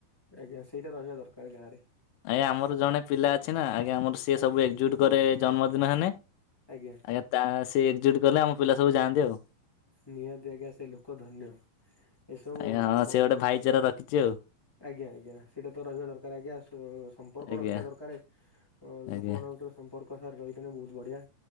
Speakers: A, on the left (about 25°); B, on the left (about 80°).
A: ଆଜ୍ଞା ସେଇଟା ରହିବା ଦରକାର ଗାଁ ରେ।
B: ଆଜ୍ଞା ଆମର ଜଣେ ପିଲା ଅଛି ନା ଆଜ୍ଞା ଆମର ସିଏ
A: ଆଜ୍ଞା
B: ସବୁ ଏକଜୁଟ କରେ ଜନ୍ମଦିନ ହେନେ।
A: ଆଜ୍ଞା।
B: ଆଜ୍ଞା ତା ସେ ଏକ୍ଜୁଟ୍ କଲେ ଆମ ପିଲା ସବୁ ଯାଆନ୍ତି ଆଉ।
A: ନିହାତି ଆଜ୍ଞା ସେ ଲୋକ ଧନ୍ୟ ଏସବୁ
B: ଆଜ୍ଞା ହଁ
A: କାମ
B: ସେ ଗୋଟେ ଭାଇଚାରା ରଖିଛି ଆଉ
A: ଆଜ୍ଞା ଆଜ୍ଞା ସେଇଟା ତ ରହିବା ଦରକାର ଆଜ୍ଞା ସୋ ସମ୍ପର୍କ
B: ଆଜ୍ଞା
A: ରଖିବା ଦରକାରେ ଅ
B: ଆଜ୍ଞା।
A: ଲୋକମାନଙ୍କ ଭିତରେ ସମ୍ପର୍ ହଁ ସାରେ ରହିଥିନେ ବହୁତ୍ ବଢିଆ